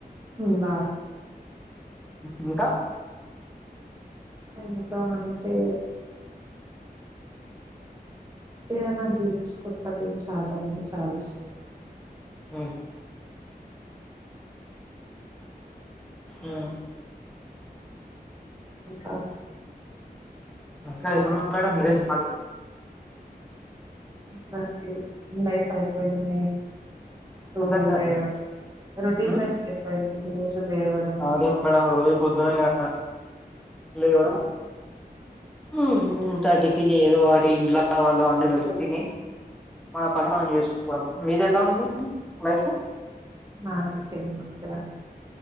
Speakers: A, on the right; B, in the centre.
A: ఉ బాగా
B: ఇంకా
A: ఇంకా అంటే ఏవైనా గేమ్స్ కొత్త గేమ్స్ ఆడడా అంటే చాలా ఇష్టం అండి
B: ఆ ఆ
A: ఇంకా
B: అక్క ఎవ మేడం ఇరేజ్ పాలి
A: హ్మ్మ్ లైఫ్ అయిపోయింది పోగాలే
B: అర్థం కాదు మేడం
A: రొటీన్
B: ఉమ్,
A: అయిపోయింది రోజులు లేవ్వడం
B: అదే మేడం రోజు పొద్దున ఇగ లేవడం అంత టిఫిన్ ఏదో వాటి ఇంట్లో వాళ్ళ అండి పెడత తిని మన పని మనం చేసుకుపోడం మీది ఎలా ఉంది లైఫ్
A: నాది సేమ్ అలానే